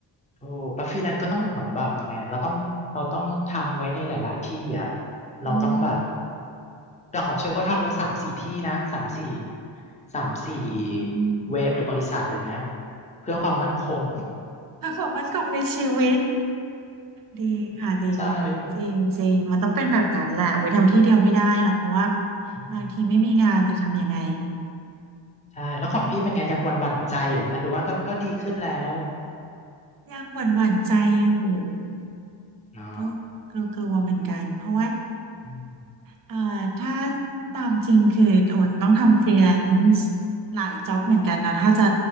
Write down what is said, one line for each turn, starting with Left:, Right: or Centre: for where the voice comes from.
Left: ถูกแล้วฟรีแลนซ์ก็ต้องเหมือนแบบยังไงเราต้องเราต้องทำไว้ในหลายๆที่อ่ะเราต้องแบบ
Right: อืม
Left: อย่างของเชลก็ทำไว้สามสี่ที่นะสามสี่สามสี่
Right: อืม
Left: เว็บหรือบริษัทอย่างเงี้ยเพื่อความมั่นคง
Right: performance ของในชีวิต ดีค่ะดี
Left: <laughs> ใช่
Right: จริงจริงมันต้องเป็นแบบนั้นแหละโอ้ยทำที่เดียวไม่ได้หรอกเพราะว่า
Left: อืม
Right: บางทีไม่มีงานจะทำยังไง
Left: ใช่แล้วของพี่เป็นไงยังหวั่นหวั่นใจอยู่ไหมหรือว่าก็ก็ดีขึ้นแล้ว
Right: ยังหวั่นหวั่นใจอยู่
Left: อ๋อ
Right: ก็กลัวกลัวเหมือนกันเพราะว่า
Left: อืม
Right: เอ่อถ้าตามจริงคือโอดต้องทำฟรีแลนซ์หลายจ็อบเหมือนกันนะถ้าจะ